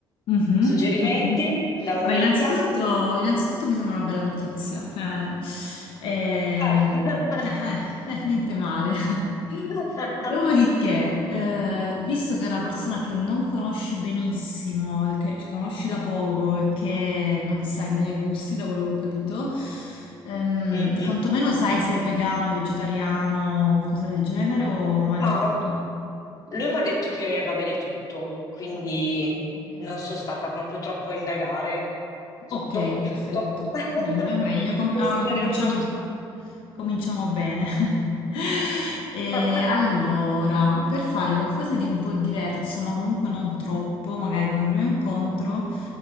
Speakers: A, on the left; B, on the left.
A: Mhm,
B: Suggerimenti
A: ok.
B: da un'amica?
A: Beh, innanzitutto, innanzitutto mi sembra una bella notizia. Eh, ehm,
B: Eh.
A: eh,
B: <laughs>
A: eh, niente male. <laughs>
B: <laughs>
A: Dopodiché, eh, visto che è una persona che non conosci benissimo, che ci conosci da poco e che non sai bene i gusti, da quello che ho capito, ehm,
B: Mm-mm.
A: quantomeno sai se è vegano, vegetariano, qualcosa del genere o mangia
B: No,
A: tutti.
B: lui mi ha detto che va bene tutto, quindi
A: Va bene, ok.
B: non sono stata proprio troppo a indagare. Tutto,
A: Ok, perfetto.
B: tutto. <laughs>
A: Meglio, meglio. Com-
B: Consideriamo
A: ah, cominciamo,
B: tutto.
A: cominciamo bene. <laughs> E
B: <laughs>
A: allora, per fare qualcosa di un po' diverso, ma comunque non troppo, magari come primo incontro,